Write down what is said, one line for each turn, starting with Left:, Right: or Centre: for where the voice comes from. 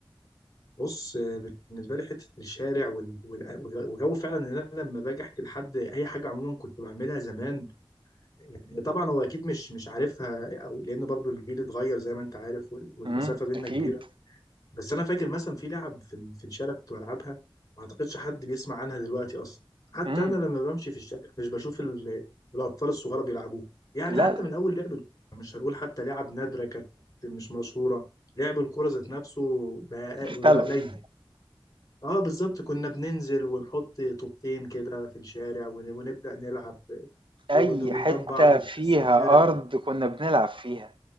Left: بص آه، بالنسبه لي حته الشارع وال... وال... وجو فعلا ان انا لما باجي احكي لحد اي حاجه عموما كنت بعملها زمان يعني طبعا هو اكيد مش مش عارفها او لان برضو الجيل اتغير زي ما انت عارف وال... والمسافه
Right: إمم،
Left: بينا
Right: أكيد،
Left: كبيره بس انا فاكر مثلا في لعب في ال- في الشارع كنت بلعبها ما اعتقدش حد بيسمع عنها دلوقتي اصلا حتى
Right: إمم،
Left: انا لما بمشي في الشارع مش بشوف ال- الاطفال الصغار بيلعبوه يعني
Right: لأ،
Left: حتى من اول لعب الكوره مش هنقول حتى لعب نادره كانت مش مشهوره لعب الكوره ذات نفسه بقى
Right: اختلف،
Left: بقى قليل اه بالظبط كنا بننزل ونحط طوبتين كده في الشارع ون- ونبدا نلعب
Right: أي
Left: قد- قدام
Right: حتة
Left: بعض ونقسم
Right: فيها
Left: فرق و-
Right: أرض كنا بنلعب فيها،